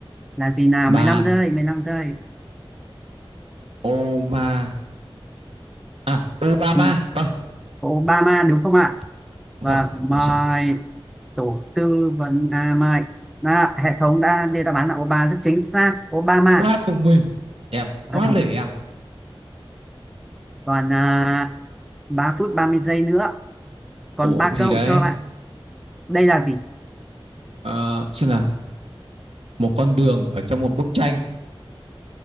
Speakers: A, in the centre; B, on the right.
A: là gì nào
B: ma
A: mười lăm giây 15 giây
B: ô ma à Obama
A: Ừ,
B: vâng
A: Obama đúng không ạ
B: vâng
A: và mời
B: ôi rồi
A: tổ tư vấn à mời à, hệ thống đã đưa đáp án là Obama rất chính xác Obama
B: quá thông minh em
A: và
B: quá
A: thông
B: lể
A: minh
B: em
A: còn à, 3 phút 30 giây nữa còn
B: ủa
A: ba
B: cái gì
A: câu
B: đấy
A: cho bạn đây là gì
B: Ờ, xem nào một con đường ở trong một bức tranh